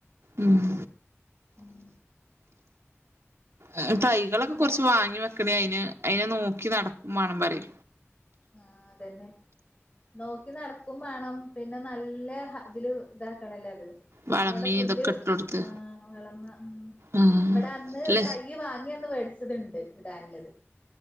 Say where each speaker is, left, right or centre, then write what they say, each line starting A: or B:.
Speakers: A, on the right (about 70°); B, on the left (about 30°).
A: ഉം.
B: ഉം
A: ഏഹ് തൈകളൊക്കെ
B: പിന്നെ
A: കൊറച്ച് വാങ്ങി വെക്കണേ അയിന് അയിനെ നോക്കി നടക്കും മാണം പറ്യേ.
B: ആഹ് അതെന്നെ. നോക്കി നടക്കും മാണം പിന്നെ നല്ല ഹ തില് ഇതാക്കണല്ലത്.
A: വളമി
B: അവടെ പുല്ല്
A: ഇതൊക്കെ ഇട്ട് കൊടുത്ത്
B: ആഹ് വളമ ഉം
A: ഉം
B: ഇവടെ അന്ന്
A: അല്ലെ
B: തൈയ്യ് വാങ്ങ്യ അന്ന് വേടിച്ചത് ഇണ്ട് ഇടാന്ല്ലത്.